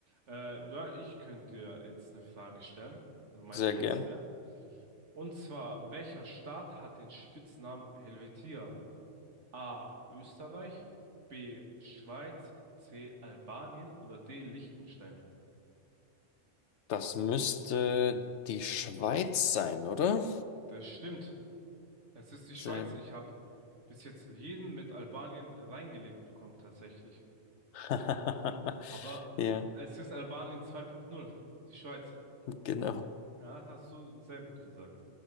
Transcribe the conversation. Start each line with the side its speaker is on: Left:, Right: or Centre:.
Right: Äh, ja, ich könnte dir jetzt eine Frage stellen, also meine
Left: Sehr
Right: letzte.
Left: gern.
Right: Und zwar, welcher Staat hat den Spitznamen Helvetia? A. Österreich, B. Schweiz, C. Albanien oder D. Liechtenstein.
Left: Das müsste die Schweiz sein, oder?
Right: Das stimmt. Es ist die
Left: Sehr
Right: Schweiz.
Left: gut.
Right: Ich habe bis jetzt jeden mit Albanien reingelegt bekommen, tatsächlich.
Left: <laughs>
Right: Aber
Left: Ja,
Right: es ist Albanien zwei Punkt null. die Schweiz.
Left: genau.
Right: Ja, hast du sehr gut gesagt.